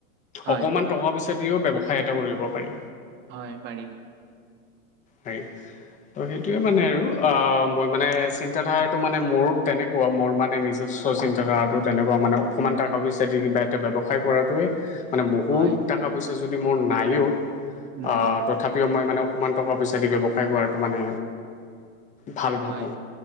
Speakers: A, on the right; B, on the left.
A: হয়
B: অকমান টকা-পইচা দিওঁ ব্যৱসায় এটা কৰিব পাৰি।
A: হয়, পাৰি।
B: হয়! ত' সেইটোৱে মানে আৰু। অ'! মই মানে, চিন্তাধাৰাটো মানে মোৰ, তেনেকুৱা। মোৰ মানে, নিজস্ব চিন্তাধাৰাটো তেনেকুৱা মানে। অকমান <unintelligible> দি, কিবা এটা ব্যৱসায় কৰাটোৱেই মানে, বহুত
A: হয়,
B: টকা-পইচা যদি মোৰ নাইও।
A: নাই,
B: আঁ তথাপিও মই মানে, অকণমান টকা-পইচা যদি ব্যৱসায় কৰাটো মানে, ভাল ভাবোঁ!
A: হয়,